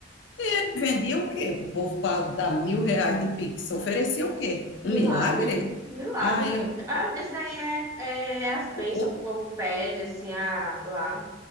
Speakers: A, on the left (about 70°); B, on the right (about 15°).
A: Ele vendia o quê? Pro povo pra dar mil reais de Pix. Oferecia o quê?
B: Milagre,
A: Um milagre?
B: milagre,
A: Ai,
B: minha filha. Ah, esse daí é, é as bênçãos
A: o povo,
B: que o povo pede, assim, a, lá.